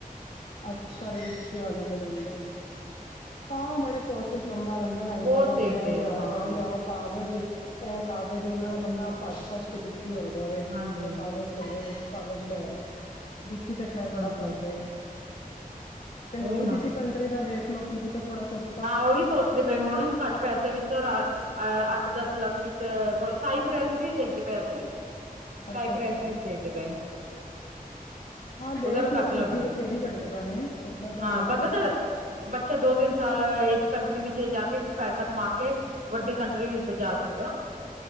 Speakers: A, on the left; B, on the right.
A: ਅੱਛਾ ਰਜਿਸਟਰੀ ਵਾਲਿਆਂ ਨੂੰ <unintelligible> ਹਾਂ ਬੜੇ ਪ੍ਰੋਸੈਸ ਲੰਬਾ ਰਹਿੰਦਾ ਬੈਂਕਾਂ
B: ਬਹੁਤ
A: ਦਾ ਵੀ
B: ਦੇਖਦੇ
A: ਇਹ ਲਿਆਓ
B: ਆ ਹਾਂ
A: ਇਹ ਲਿਆਓ ਕਾਗਜ਼ ਐਹ ਕਾਗਜ਼ ਉਹਨਾਂ ਦਾ ਬੰਦਾ ਭੱਜ ਭੱਜ ਕੇ ਦੁਖੀ ਹੋ ਜਾਵੇ
B: ਹਾਂਜੀ
A: ਐਹ ਕਾਗਜ਼ ਲੈ ਆਓ ਕਾਗਜ਼ ਲੈ ਆਓ ਦੁਖੀ ਤਾਂ ਖ਼ੈਰ ਬੜਾ
B: ਹਾਂਜੀ
A: ਕਰਦੇ ਐ ਤੇ ਹੋਰ
B: ਉਹੀ ਨਾ
A: ਕਿਸੇ ਕੰਟਰੀ ਦਾ ਦੇਖਲੋ ਕੀ ਪਤਾ ਥੋੜਾ ਸਸ
B: ਹਾਂ ਉਹੀ ਸੋਚਦੇ ਪਏ ਹੁਣ ਕਿ ਘੱਟ ਪੈਸੇ ਵਿੱਚ ਆ ਅਹ ਅੱਠ, ਦਸ ਲੱਖ ਵਿੱਚ ਕੋਈ ਸਾਈਪੇਸ ਵੀ ਦੇਖਦੇ ਪਏ ਆ ਅਸੀਂ
A: ਅੱਛਾ
B: ਸਾਈਪ੍ਰੇਸ
A: ਅੱਛਾ
B: ਵੀ ਦੇਖ ਦੇ ਪਏ
A: ਹਾਂ ਦੇਖ
B: ਉਧਰ
A: ਲੋ
B: ਘੱਟ
A: ਦੂਜੀ
B: ਲੱਗਦੇ
A: ਬਥੇਰੀ ਕੰਟਰੀਆਂ ਨੇ ਉੱਧਰ ਦਾ
B: ਹਾਂ
A: ਦੇਖ
B: ਬੰਦਾ
A: ਲੋ
B: ਤਾਂ ਬੱਚਾ ਦੋ <unintelligible> ਸਾਲ ਇੱਕ ਕੰਟਰੀ ਵਿੱਚ ਜਾ ਕੇ ਪੈਸਾ ਕਮਾ ਕੇ ਵੱਡੀ ਕੰਟਰੀ ਵਿੱਚ ਜਾ ਸਕਦੇ ਆਂ।